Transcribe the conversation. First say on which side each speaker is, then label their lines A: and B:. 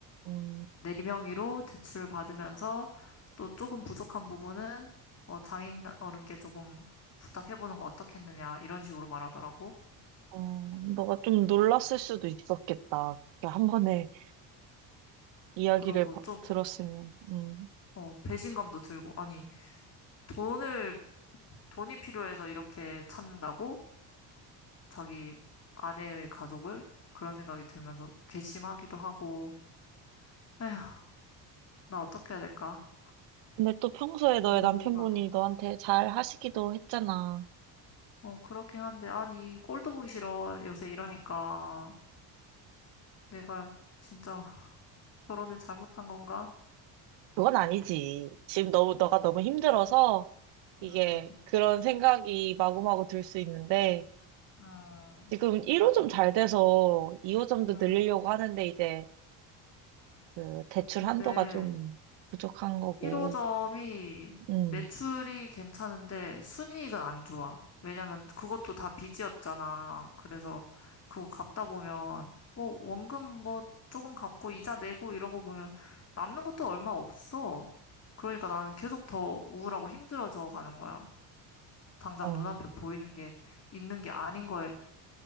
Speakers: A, on the right (about 70°); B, on the left (about 35°).
A: 음,
B: 네 명의로 대출을 받으면서 또 조금 부족한 부분은 어, 장인 어른께 조금 부탁해보는 거 어떻겠느냐, 이런 식으로 말하더라고.
A: 어, 너가 좀 놀랐을 수도 있었겠다. 그렇게 한 번에 이야기를
B: 그러고
A: 바-
B: 좀,
A: 들었으면. 음.
B: 어, 배신감도 들고, 아니, 돈을 돈이 필요해서 이렇게 찾는다고? 자기 아내의 가족을? 그런 생각이 들면서 괘씸하기도 하고, 에휴, 나 어떻게 해야 될까?
A: 근데 또 평소에 너의
B: 너무
A: 남편분이
B: 우울하다.
A: 너한테 잘 하시기도 했잖아.
B: 어, 그렇긴 한데, 아니, 꼴도 보기 싫어. 요새 이러니까. 내가 진짜 결혼을 잘못한 건가?
A: 그건 아니지. 지금 너무, 너가 너무 힘들어서 이게
B: 음,
A: 그런 생각이 마구마구 들 수 있는데
B: 음,
A: 지금 1호점 잘 돼서 2호점도
B: 음.
A: 늘리려고 하는데 이제 그 대출
B: 근데,
A: 한도가 좀 부족한 거고.
B: 1호점이
A: 음.
B: 매출이 괜찮은데 순이익은 안 좋아. 왜냐면 그것도 다 빚이었잖아. 그래서 그거 갚다 보면 뭐 원금 뭐 조금 갚고 이자 내고 이러고 보면 남는 것도 얼마 없어. 그러니까 나는 계속 더 우울하고 힘들어져 가는 거야. 당장
A: 어.
B: 눈앞에 보이는 게 있는 게 아닌 거에